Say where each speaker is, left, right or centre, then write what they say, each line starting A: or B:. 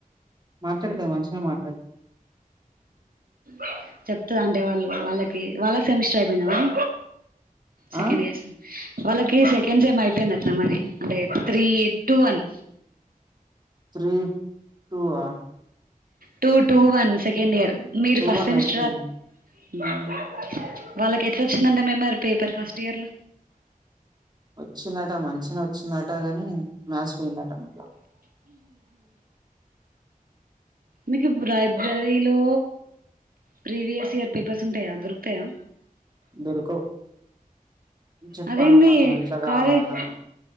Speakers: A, on the right; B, on the right.
A: మాట్లాడుతుంది మంచిగా మాట్లాడుత
B: అ చెప్తుదా అంటే వాళ్ళు వాళ్ళకి వాళ్ళకి సెమిస్టర్ అయిపోయింద మరి సెకండ్
A: ఆ
B: ఇయర్స్ వాళ్ళకి సెకండ్ సేమ్ అయిపోయింది అట్న మరీ అంటే three two one
A: three <unintelligible>
B: two two one second year మీరు
A: టూ
B: ఫస్ట్
A: వన్
B: సెమిస్టర్
A: అయిపోయింది
B: రా వాళ్ళకి ఎట్లా వచ్చిందటా మేము పేపర్ ఫస్ట్ ఇయర్ ల
A: వచ్చిందట మంచిగా వచ్చిందట గాని మ్యాథ్స్ పోయిందట మళా
B: మీకు లైబ్రరిలో ప్రీవియస్ ఇయర్ పేపర్స్ ఉంటాయా దొరుకుతాయా
A: దొరకవు చెప్పాలి
B: అదేంది
A: మనం ఇట్లా కావాలని
B: కాలేజ్